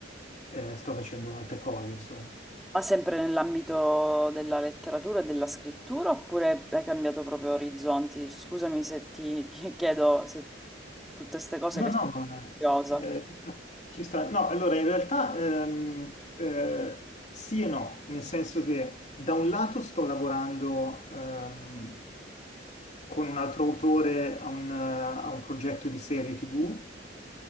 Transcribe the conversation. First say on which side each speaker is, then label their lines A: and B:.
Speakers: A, on the left; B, in the centre.
A: eh, sto facendo altre cose, insomma.
B: Ma sempre nell'ambito della letteratura e della scrittura oppure hai cambiato proprio orizzonti? Scusami se ti <laughs> chiedo se tutte queste cose
A: No,
B: che
A: no,
B: sono
A: ma
B: curiosa.
A: eh, ci sta, ci sta. No, allora in realtà ehm, eh, sì e no, nel senso che da un lato sto lavorando ehm, con un altro autore a un, eh, a un progetto di serie TV